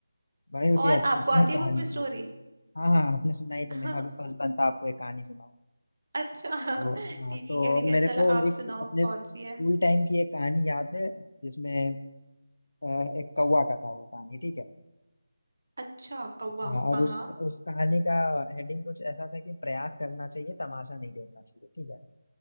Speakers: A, on the left; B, on the right.
A: बड़े होते
B: और
A: अच्छी
B: आपको
A: से
B: आती है
A: कहानी
B: कोई
A: थी
B: स्टोरी
A: हाँ हाँ आपने सुनाई तो
B: <laughs>
A: मेरा भी फर्ज बनता आपको एक कहानी सुनाऊं
B: अच्छा
A: तो हाँ,
B: ठीक
A: तो
B: है ठीक है
A: मेरे
B: चलो
A: को
B: आप
A: एक
B: सुनाओ
A: अपने
B: कौन
A: स्कूल
B: सी है
A: टाइम की एक कहानी याद है जिसमें अ, एक कौवा का था वो कहानी ठीक है
B: अच्छा कौवा
A: हाँ, और
B: हाँ
A: उस
B: हाँ
A: उस कहानी का हेडिंग कुछ ऐसा था कि प्रयास करना चाहिए तमाशा नहीं देखना चाहिए ठीक है